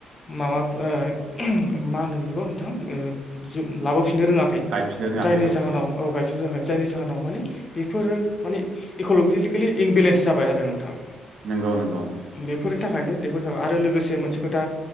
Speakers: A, on the left; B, on the right.
A: माबाब ओ मा होनो बेफोरखौ नोंथां ओ जोम लाबोफिननो रोङाखै
B: गायफिननो रोङाखै
A: जायनि
B: औ
A: जाहोनाव औ गायफिननो रोङाखै। जायनि जाहोनाव माने बेफोरो माने इक'ल'जिकेलि इनबेलेन्स जाबाय आरो नोंथां।
B: नंगौ नंगौ।
A: बेफोरनि थाखायनो बेफोर जाबाय आरो लोगोसे मोनसे खोथा